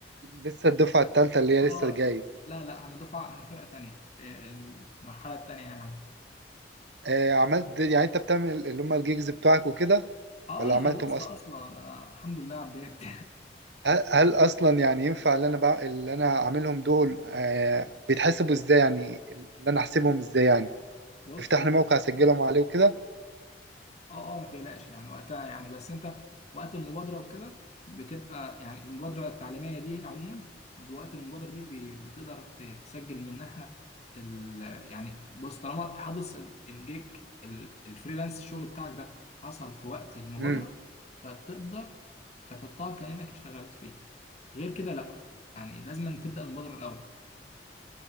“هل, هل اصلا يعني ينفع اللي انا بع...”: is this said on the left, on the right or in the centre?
Right